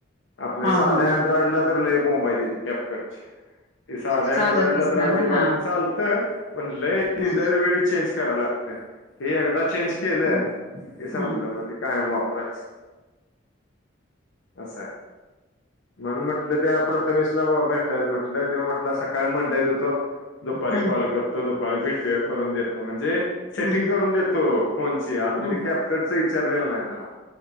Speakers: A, on the left (about 65°); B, on the left (about 35°).
A: आपल्या
B: हा
A: साध्या
B: हा
A: अँड्रॉइडला
B: हा
A: तर लय <unintelligible> ते साध्या
B: चालतच
A: अँड्रॉइडला तर
B: नाही
A: अजिबात
B: ना हा
A: चालतं पण लई
B: हम्म
A: ते दरवेळी चेंज कराय ला त हे एकदा चेंज केलं
B: हम्म
A: की संपलं
B: हम्म
A: मग ते कायम वापरायचं. असं आहे, म्हणून म्हटलं त्या प्रथमेशला बाबा भे टायचं म्हटलं त्यो म्हटला सकाळी <unintelligible> <unintelligible> देतो. दुपारी
B: हम्म
A: कॉल करतो दु पारी भेटूया करून देतो म्हणजे सेटिंग
B: हम्म
A: करून देतो फोनची अजून
B: हम्म
A: ते कॅपकटच इ चारलेलं नाही त्याला